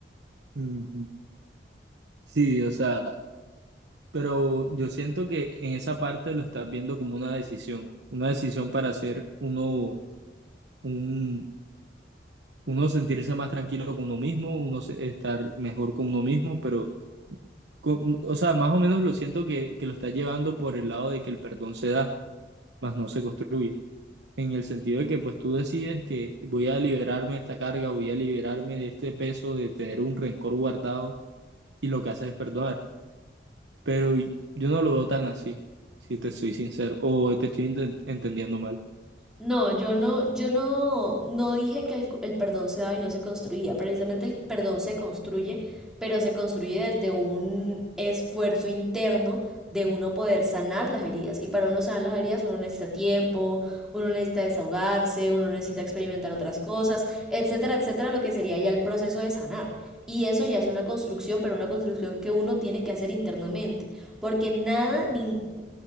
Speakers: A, on the right; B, in the centre.
A: Ujú. Sí, o sea, Pero yo siento que en esa parte lo estás viendo como una decisión, una decisión para hacer uno, un, uno sentirse más tranquilo con uno mismo, uno se- estar mejor con uno mismo, pero, con- o sea, más o menos lo siento que, que lo estás llevando por el lado de que el perdón se da, más no se construye, en el sentido de que pues tú decides que voy a liberarme de esta carga, voy a liberarme de este peso, de tener un rencor guardado, y lo que haces es perdonar. Pero yo no lo veo tan así, si te soy sincero. O te estoy enten- entendiendo mal.
B: No, yo no, yo no, no dije que el, el perdón se daba y no se construía. Precisamente el perdón se construye, pero se construye desde un esfuerzo interno de uno poder sanar las heridas. Y para uno sanar las heridas, uno necesita tiempo, uno necesita desahogarse, uno necesita experimentar otras cosas, etcétera, etcétera, lo que sería ya el proceso de sanar. Y eso ya es una construcción, pero una construcción que uno tiene que hacer internamente, porque nada ni,